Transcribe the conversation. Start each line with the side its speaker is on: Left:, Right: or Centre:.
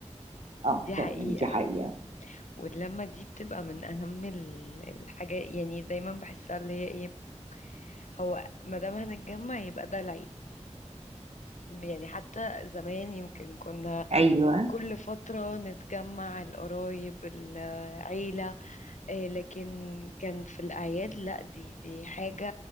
Right: اه
Left: دي حقيقة
Right: فعلا دي حقيقة
Left: واللمة دي بتبقى من أهم ال- الحاجات يعني دايما بحسها اللي هي ايه هو ما دام هنتجمع يبقى ده العيد يعني حتى زمان يمكن كنا
Right: ايوه
Left: كل فترة نتجمع القرايب العيلة آه، لكن كان في الأعياد لا دي دي حاجة